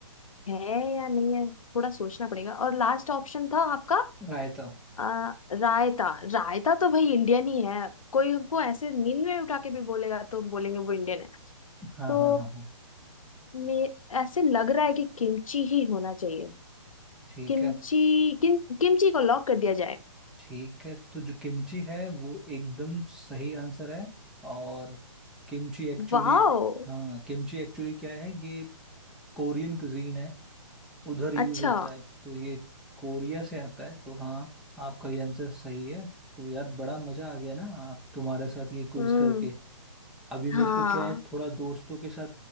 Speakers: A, on the left; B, in the centre.
A: है या नहीं है थोड़ा सोचना पड़ेगा और लास्ट ऑप्शन था आपका
B: रायता
A: अ, रायता रायता तो भाई इंडियन ही है कोई हमको ऐसे नींद में उठा के भी बोलेगा तो हम बोलेंगे वो इंडियन है
B: हाँ
A: तो
B: हाँ हाँ हाँ
A: मे ऐसे लग रहा है कि किमची ही होना चाहिए
B: ठीक
A: किमची
B: है अब
A: किम किमची को लॉक कर दिया जाए
B: ठीक है तो जो किमची है वो एकदम सही आंसर है और किमची एक्चुअली
A: वाओ
B: हाँ किमची एक्चुअली क्या है ये कोरियन कुजीन है उधर यूज
A: अच्छा
B: होता है तो ये कोरिया से आता है तो हाँ आपका ये आंसर सही है तो यार बड़ा मजा आ गया ना हाँ, तुम्हारे साथ ये क्विज
A: हम्म
B: करके अभी
A: हाँ
B: मेरे को क्या है थोड़ा दोस्तों के साथ